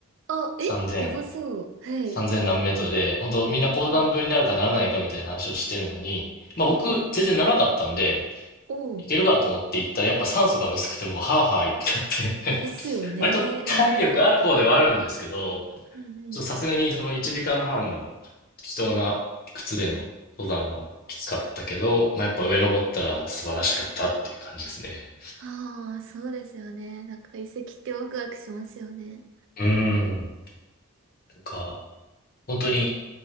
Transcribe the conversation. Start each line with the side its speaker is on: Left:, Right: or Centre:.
Right: あ、え、
Left: 3000、
Right: やばそう。はい。
Left: 3000何メートルで、本当みんな高山病になるかならないかみたいな話をしてるのに、
Right: うん。
Left: まあ僕、
Right: うん。うん。
Left: 全然ならなかったんで、
Right: うんおー。
Left: いけるかと思って行ったら、やっぱ酸素が薄くてもう、はぁはぁ言ってなって
Right: え、ですよね。
Left: <laughs> 割と体力ある方ではあるんですけど、
Right: うん。うん。うん
Left: ちょっとさすがにその1時間半の適当な靴での登山はきつかったけど、まあやっぱ上登ったら素晴らしかったっていう感じですね。
Right: ああ、そうですよね。なんか遺跡ってワクワクしますよね。
Left: うん。なんか、本当に、